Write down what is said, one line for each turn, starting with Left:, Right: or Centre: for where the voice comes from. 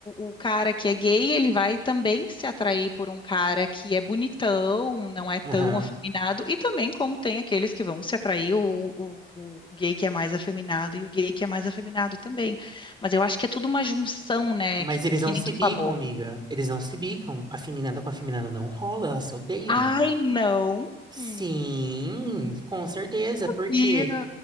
Left: o, o cara que é gay, ele vai também se atrair por um cara que é bonitão, não é tão
Right: Aham.
Left: afeminado, e também como tem aqueles que vão se atrair o, o, o gay que é mais afeminado e o gay que é mais afeminado também. Mas eu acho que é tudo uma junção, né,
Right: Mas
Left: que, tu-
Right: eles
Left: que
Right: não
Left: nem
Right: se
Left: tu
Right: bicam,
Left: falou.
Right: amiga. Eles não se bicam. A feminada com a feminada não rola, elas se odeiam.
Left: Ai, não!
Right: Sim,
Left: Hum,
Right: com certeza,
Left: sabia!
Right: porque,